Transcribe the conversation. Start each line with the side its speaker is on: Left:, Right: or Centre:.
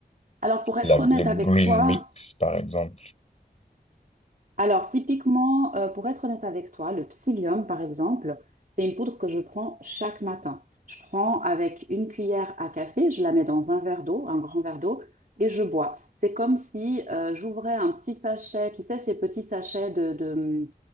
Right: alors pour être
Left: La- le
Right: honnête
Left: green
Right: avec toi,
Left: mix, par exemple.
Right: alors typiquement, euh, pour être honnête avec toi, le psyllium, par exemple, c'est une poudre que je prends chaque matin. Je prends avec une cuillère à café, je la mets dans un verre d'eau, un grand verre d'eau, et je bois. C'est comme si euh, j'ouvrais un petit sachet, tu sais, ces petits sachets de, de,